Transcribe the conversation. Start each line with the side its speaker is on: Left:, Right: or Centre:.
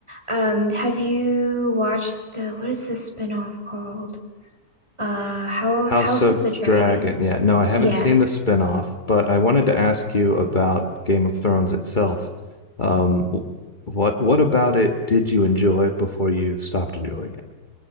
Right: Um, have you watched the, what is the spin-off called? Uh, How
Left: House
Right: House
Left: of
Right: of the Dragon.
Left: Dragon. Yeah, no, I haven't
Right: Yes.
Left: seen the spin-off, but I wanted to ask you about Game of Thrones itself. Um, w- what what about it did you enjoy before you stopped enjoying it?